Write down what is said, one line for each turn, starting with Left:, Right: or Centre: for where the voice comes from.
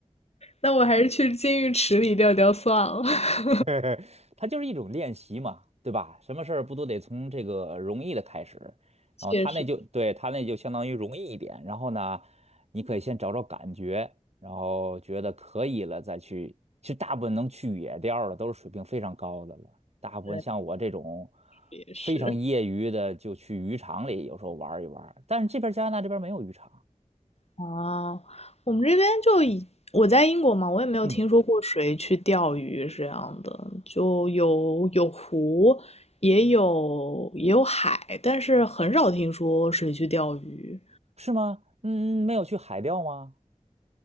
Left: 那我还是去金鱼池里钓钓算了。<laughs>
Right: <laughs> 它就是一种练习嘛，对吧？什么事儿不都得从这个容易的开始？然后他那就对他那就相当于容易一点，
Left: 确实，
Right: 然后呢，你可以先找找感觉，然后觉得可以了再去。其实大部分能去野钓儿的都是水平非常高的了，大部分像我这种
Left: 对，也是。
Right: 非常业余的，就去渔场里有时候玩儿一玩儿。但是这边儿加拿大这边儿没有渔场，
Left: 啊，我们这边就以我在英国嘛，我也没有听说过谁去钓鱼是这样的，
Right: 嗯，
Left: 就有有湖，也有也有海，但是很少听说谁去钓鱼。
Right: 是吗？嗯，没有去海钓吗？